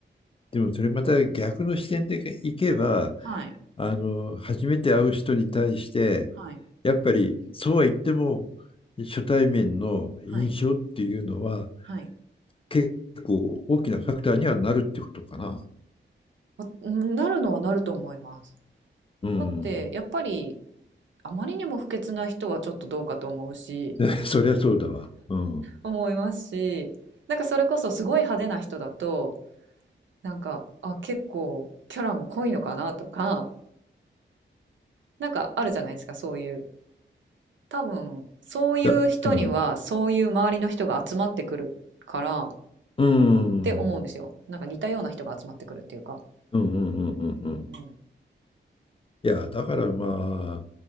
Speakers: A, on the left; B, on the right.
A: でもそれまた逆の視点でいけば、
B: はい
A: あの初めて会う人に対してやっぱりそうは言っても初対面の印象っていうのは
B: はいはいはい
A: 結構大きなファクターにはなるってことかな。
B: わうんなるのはなると思います。
A: うん。
B: だってやっぱりあまりにも不潔な人はちょっとどうかと思うし
A: <laughs> そりゃそうだわ。うん。
B: 思いますしなんかそれこそすごい派手な人だとなんかあ結構キャラも濃いのかなとかなんかあるじゃないですかそういう多分そういう人にはそういう周りの人が集まってくるからっ
A: だ、うん。うん。うん
B: て思うんですよ。なんか似たような人が集まってくるっていうか。
A: うんうんうんうん。
B: うんうんうん。
A: いや、だからま